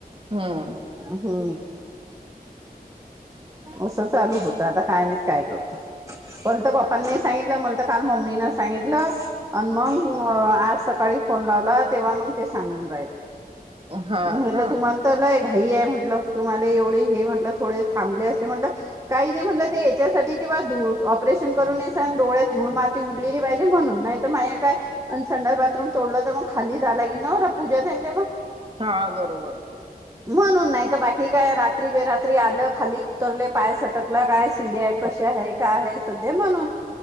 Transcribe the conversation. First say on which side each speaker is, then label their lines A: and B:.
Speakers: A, on the right; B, on the right.
A: हा.
B: हा उस चालू होत आता काय म काय करतो पलत पप्पांनी सांगित मला तर काल मम्मी न सांगितलं, आणि मग आज सकाळी फोन लावला तेव्हा मग ते सांगून राहिली,
A: हा
B: म्हणलं
A: का
B: तुम्हाल तलाय घाई आहे म्हटलं तुम्हाला एवढे हे म्हटलं थोडे थांबले असते म्हटलं. काही नाही म्हटलं ते याच्यासाठी किंवा धूळ ऑपरेशन करून न आणि डोळ्यात धूळ मा ती उडली नाही पाहिजे म्हणून नाही त माया काय, अन संडास बाथरूम तोडलं तर म खाली जाय लागेन न पूजा त्यांनले म
A: हा बरोबर.
B: <inaudible> म्हणून नाही तर बाकी काय रात्री बेरात्री आलं खाली उतरले पाय सटकला काय सीड्या कसे आहे काय आहे सध्या म्हणून.